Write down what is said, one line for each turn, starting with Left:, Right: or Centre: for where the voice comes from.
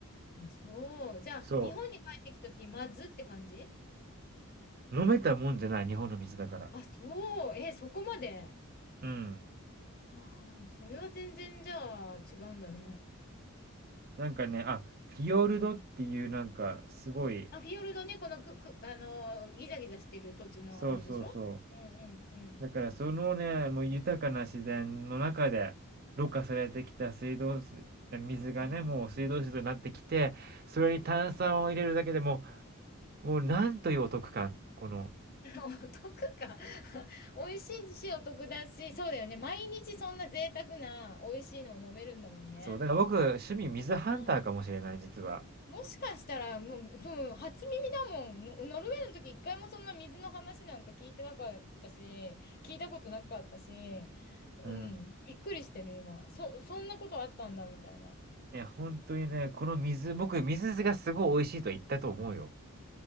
Left: あ、そう。じゃあ、
Right: そ
Left: 日本に帰ってきた時まずって感じ
Right: う、飲めたもんじゃない、日本の水だから。
Left: あ、そう。え、そこまで。
Right: うん。
Left: ああ、それは全然じゃあ違うんだね。
Right: なんかね、あ、フィヨルドっていうなんかすごい、
Left: うんあ、フィヨルドね、このく、く、あのーギザギザしてる土地のあれでしょうんうんうん。
Right: そうそうそう。だからそのね、もう豊かな自然の中で、ろ過されてきた水道水、水がね、
Left: あ
Right: もう水道水となってきて、それに炭酸を入れるだけでも、もうなんというお得感、この。
Left: お得か <laughs> 美味しいしお得だし、そうだよね。毎日そんな贅沢な美味しいのを飲めるんだもんね。
Right: そう、だから僕、趣味水ハンターかもしれない、
Left: うん。
Right: 実は。
Left: もしかしたら、もう、そう、初耳だもん。のノルウェーの時一回もそんな水の話なんか聞いてなかったし、聞いたことなかったし、うん。
Right: うん。
Left: びっくりしてる、今。そ、そんなことあったんだ、みたいな。
Right: いや、本当にね、この水、僕、水がすごい美味しいと言ったと思うよ。